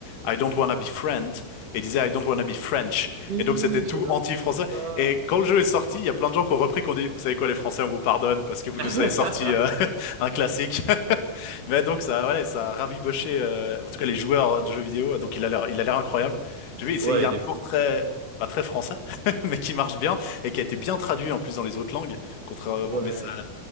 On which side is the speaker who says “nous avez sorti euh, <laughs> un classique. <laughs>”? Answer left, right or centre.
Left